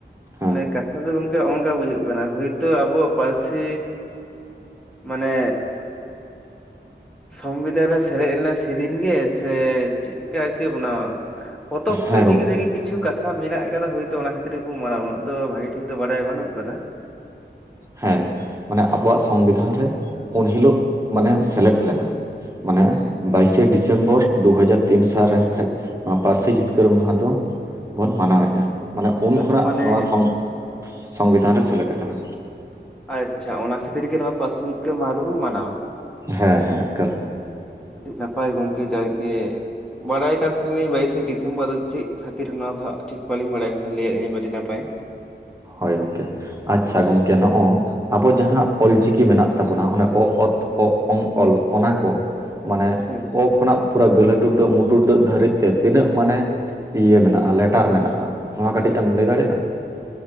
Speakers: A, on the right; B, in the centre.
A: ᱦᱮᱸ
B: ᱢᱟᱱᱮ ᱠᱟᱛᱷᱟ ᱫᱚ ᱜᱚᱝ ᱚᱱᱠᱟ ᱵᱩᱡᱩᱜ ᱠᱟᱱᱟ ᱦᱚᱭᱛᱚ ᱟᱵᱚᱣᱟᱜ ᱯᱟᱹᱨᱥᱤ ᱢᱟᱱᱮ ᱥᱚᱝᱵᱤᱫᱷᱟᱱ ᱨᱮ ᱥᱮᱞᱮᱫ ᱞᱮᱱᱟ ᱥᱮᱫᱤᱱ ᱜᱮ ᱥᱮ ᱪᱮᱫᱠᱟᱠᱤ ᱚᱱᱟ ᱯᱚᱛᱚᱵ ᱠᱚ
A: ᱦᱮᱸ
B: ᱤᱫᱤ
A: ᱜᱚᱝᱠᱮ
B: ᱠᱮᱫᱮ ᱜᱮ ᱠᱤᱪᱷᱩ ᱠᱟᱛᱷᱟ ᱠᱷᱟ ᱢᱮᱱᱟᱜ ᱟᱠᱟᱫᱟ ᱦᱚᱭᱛᱚ ᱚᱱᱟ ᱠᱷᱟᱹᱛᱤᱨ ᱜᱮᱵᱚ ᱩᱱᱟᱹᱜ ᱫᱚ ᱵᱷᱟᱹᱜᱤ ᱴᱷᱤᱠ ᱫᱚ ᱵᱟᱰᱟᱭ ᱵᱟᱹᱱᱩᱜ ᱟᱠᱟᱫᱟ
A: ᱦᱮᱸ ᱢᱟᱱᱮ ᱟᱵᱚᱣᱟᱜ ᱥᱚᱝᱵᱤᱫᱷᱟᱱ ᱨᱮ ᱩᱱ ᱦᱤᱞᱩᱜ ᱢᱟᱱᱮ ᱥᱮᱞᱮᱫ ᱞᱮᱱᱟ ᱢᱟᱱᱮ ᱵᱟᱭᱤᱥᱮ ᱰᱤᱥᱮᱢᱵᱚᱨ ᱫᱩ ᱦᱟᱡᱟᱨ ᱛᱤᱱ ᱥᱟᱨᱮ ᱠᱷᱟᱡ ᱱᱚᱣᱟ ᱯᱟᱹᱨᱥᱤ ᱡᱤᱛᱠᱟᱹᱨ ᱢᱟᱦᱟ ᱫᱚ ᱵᱚᱱ ᱢᱟᱱᱟᱣᱮᱜᱼᱟ ᱢᱟᱱᱮ ᱩᱱ
B: ᱟᱪᱪᱷᱟ
A: ᱠᱷᱚᱱᱟᱜ
B: ᱢᱟᱱᱮ
A: ᱱᱚᱣᱟ ᱥᱚᱝ ᱥᱚᱝᱵᱤᱫᱷᱟᱱ ᱨᱮ ᱥᱮᱞᱮᱫ ᱟᱠᱟᱱᱟ
B: ᱟᱪᱷᱟ ᱚᱱᱟ ᱠᱷᱟᱹᱛᱤᱨ ᱜᱮ ᱱᱚᱣᱟ ᱯᱟᱹᱨᱥᱤ ᱡᱤᱛᱠᱟᱨ ᱢᱟᱦᱟ ᱫᱚᱵᱚᱱ ᱢᱟᱱᱟᱣᱟ
A: ᱦᱮᱸ ᱦᱮᱸ ᱮᱠᱟᱞ
B: ᱟᱹᱰᱤᱜ ᱱᱟᱯᱟᱭ ᱜᱚᱝᱠᱮ ᱡᱟᱭ ᱜᱮ ᱵᱟᱰᱟᱭ ᱠᱟᱱ ᱛᱟᱦᱮᱱᱟ ᱞᱤᱧ ᱵᱟᱭᱤᱥᱮ ᱰᱤᱥᱮᱢᱵᱚᱨ ᱫᱚ ᱪᱮᱫ ᱠᱷᱟᱹᱛᱤᱨ ᱱᱚᱣᱟ ᱫᱚ ᱴᱷᱤᱠ ᱵᱟᱹᱞᱤᱧ ᱵᱟᱲᱟᱭ ᱠᱟᱱᱟ ᱞᱟᱹᱭᱮᱫ ᱟᱹᱰᱤ ᱱᱟᱯᱟᱭ ᱯᱟᱭ
A: ᱦᱚᱭ ᱜᱚᱝᱠᱮ ᱟᱪᱪᱷᱟ ᱜᱚᱝᱠᱮ ᱱᱚᱜᱼᱚ ᱟᱵᱚ ᱡᱟᱦᱟᱸ ᱚᱞᱪᱤᱠᱤ ᱢᱮᱱᱟᱜ ᱛᱟᱵᱚᱱᱟ ᱚᱱᱟ ᱚ ᱛ ᱜ ᱝ ᱞ ᱚᱱᱟ ᱠᱚ ᱢᱟᱱᱮ
B: ᱦᱮᱸ
A: ᱚ ᱠᱷᱚᱱᱟᱜ ᱯᱩᱨᱟᱹ ᱜᱟᱹᱞᱦᱟᱹ ᱴᱩᱰᱟᱹᱜ ᱢᱩᱴᱩᱰᱟᱹᱜ ᱫᱷᱟᱹᱨᱤᱡ ᱛᱮ ᱛᱤᱱᱟᱹᱜ ᱢᱟᱱᱮ ᱤᱭᱟᱹ ᱢᱮᱱᱟᱜᱼᱟ ᱞᱮᱴᱟᱨ ᱢᱮᱱᱟᱜᱼᱟ ᱱᱚᱣᱟ ᱠᱟᱹᱴᱤᱡ ᱮᱢ ᱞᱟᱹᱭ ᱫᱟᱲᱮᱭᱟᱜᱼᱟ